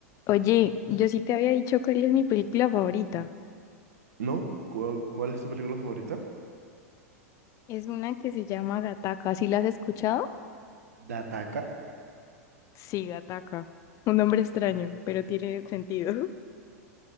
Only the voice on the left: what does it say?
Oye, yo sí te había dicho cuál es mi película favorita.
Es una que se llama Gataca. ¿Sí la has escuchado?
Sí, Gataca. Un nombre extraño, pero tiene sentido. <laughs>